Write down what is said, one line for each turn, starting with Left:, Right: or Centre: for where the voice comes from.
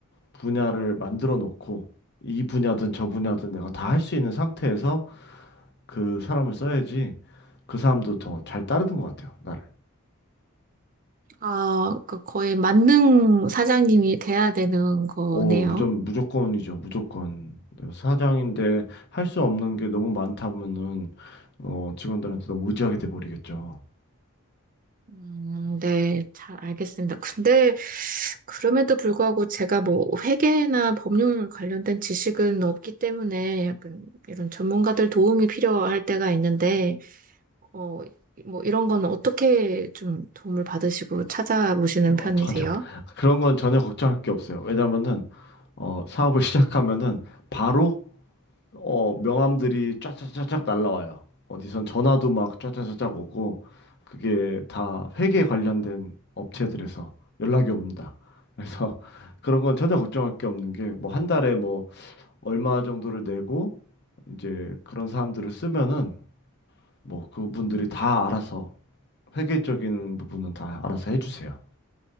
Left: 분야를 만들어 놓고 이 분야든 저 분야든 내가 다 할 수 있는 상태에서 그 사람을 써야지 그 사람도 더 잘 따르는 것 같아요, 나를.
Right: 아, 그 거의 만능 사장님이 돼야 되는 거네요.
Left: 오, 무조건, 무조건이죠, 무조건. 사장인데 할 수 없는 게 너무 많다면은, 어, 직원들한테 너무 의지하게 돼버리겠죠.
Right: 음, 네, 잘 알겠습니다. 근데 그럼에도 불구하고 제가 뭐 회계나 법률 관련된 지식은 없기 때문에 약간 이런 전문가들 도움이 필요할 때가 있는데, 어, 뭐 이런 거는 어떻게 좀 도움을 받으시고 찾아보시는
Left: 어,
Right: 편이세요?
Left: 전혀, <laughs> 그런 건 전혀 걱정할 게 없어요. 왜냐면은, 어, 사업을 <laughs> 시작하면은 바로 어, 명함들이 쫙쫙쫙쫙 날라와요. 어디선 전화도 막 쫙쫙쫙쫙 오고, 그게 다 회계 관련된 업체들에서 연락이 옵니다. 그래서 <laughs> 그런 건 전혀 걱정할 게 없는 게, 뭐 한 달에 뭐 얼마 정도를 내고, 이제 그런 사람들을 쓰면은, 뭐 그분들이 다 알아서, 회계적인 부분은 다 알아서 해주세요.